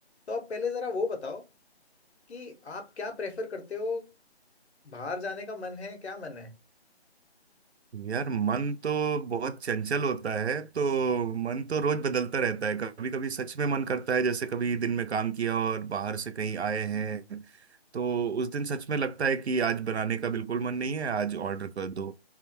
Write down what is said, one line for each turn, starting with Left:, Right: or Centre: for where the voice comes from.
Left: तो आप पहले जरा वो बताओ कि आप क्या प्रेफर करते हो बाहर जाने का मन है क्या मन है
Right: यार मन तो बहुत चंचल होता है तो मन तो रोज बदलता रहता है कभी कभी सच में मन करता है जैसे कभी दिन में काम किया और बाहर से कहीं आए हैं तो उस दिन सच में लगता है कि आज बनाने का बिल्कुल मन नहीं है आज ऑर्डर कर दो